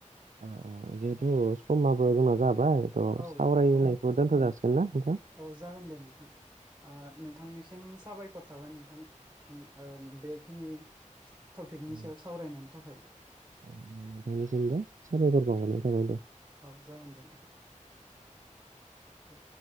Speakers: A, on the right; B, on the right.
A: अ अ जिहेथु समाबो जोंना जाबाय।
B: औ
A: सावरायनायखौ
B: औ
A: दोनथ' जासिगोन ना नोंथां।
B: औ जागोन दे नोंथां नोंथांनिसिम साबायखर साबाय नोंथां बेखिनि टपिकनि
A: औ
B: सायाव सावरायनायनि थाखाय
A: नोंथांनिसिमबो साबायखर बावहरनाय थाबाय दे
B: औ जागोन दे नोंथां। औ।